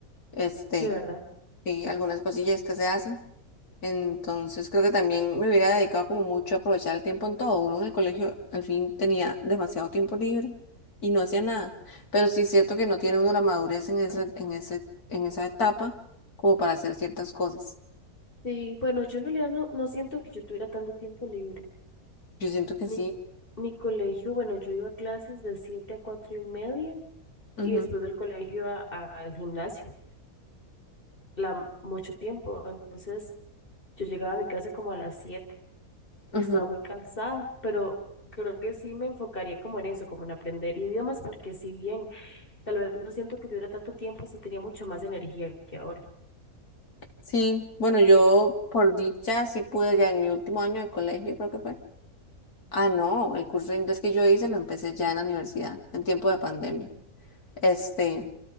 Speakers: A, on the left; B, on the left.
A: Este,
B: De verdad.
A: sí, algunas cosillas que se hacen. Entonces creo que también me hubiera dedicado como mucho a aprovechar el tiempo en todo. Uno en el colegio al fin tenía demasiado tiempo libre y no hacía nada. Pero sí es cierto que no tiene uno la madurez en ese, en ese, en esa etapa como para hacer ciertas cosas.
B: Sí, bueno, yo en realidad no, no siento que yo tuviera tanto tiempo libre.
A: Yo siento que
B: Mi,
A: sí.
B: mi colegio, bueno, yo iba a clases de 7 a 4 y media
A: Ujú,
B: y después del colegio iba a- al gimnasio, la, mucho tiempo. Entonces yo llegaba a mi casa como a las siete
A: ujú.
B: Estaba muy cansada, pero creo que sí me enfocaría como en eso, como en aprender idiomas, porque si bien tal vez no siento que tuviera tanto tiempo, sí tenía mucho más energía que ahora.
A: Sí, bueno, yo por dicha sí pude ya en mi último año de colegio, creo que fue. Ah, no, el curso de inglés que yo hice lo empecé ya en la universidad, en tiempo de pandemia. Este,